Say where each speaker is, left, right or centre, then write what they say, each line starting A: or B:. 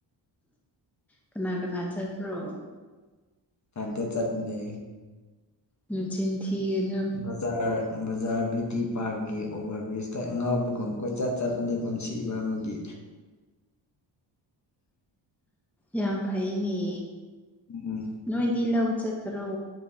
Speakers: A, in the centre; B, on the left.
A: ꯀꯅꯥ ꯀꯅꯥ ꯆꯠꯄ꯭ꯔꯣ
B: ꯊꯗꯦ ꯆꯠꯅꯦ
A: ꯎꯝ ꯆꯤꯟꯊꯤꯑꯅ
B: ꯕꯖꯥꯔ ꯕꯖꯥꯔ ꯕꯌꯨꯇꯤ ꯄꯥꯔꯛꯀꯤ ꯑꯣꯚꯔ ꯕ꯭ꯔꯤꯖꯇ ꯑꯉꯥꯎꯕꯒꯨꯝ ꯀꯣꯏꯆ ꯆꯠ ꯆꯥꯄ ꯂꯩꯐꯝꯁꯤ ꯒꯃꯗꯤ
A: ꯌꯥꯝ ꯐꯩꯅꯦ
B: ꯎꯝ
A: ꯅꯣꯏꯗꯤ ꯂꯧ ꯆꯠꯇ꯭ꯔꯣ